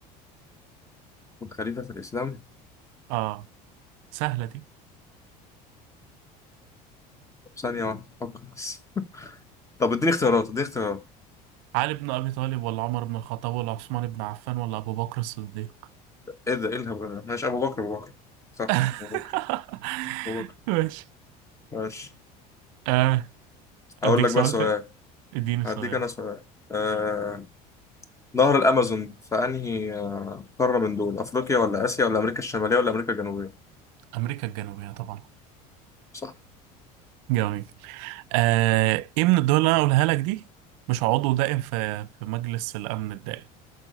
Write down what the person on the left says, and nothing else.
والخليفة في الإسلام
طب ثانية واحدة فكر بس طب اديني اختيارات اديني اختيارات
ايه ده ايه الهبل ده ماشي ابو بكر ابو بكر صح
صح، ابو بكر ابو بكر
ماشي
هقول لك
بقى سؤال
هديك
انا سؤال آه... نهر الامازون في انهي آه، قاره من دول افريقيا ولا اسيا ولا امريكا الشماليه ولا امريكا الجنوبيه
صح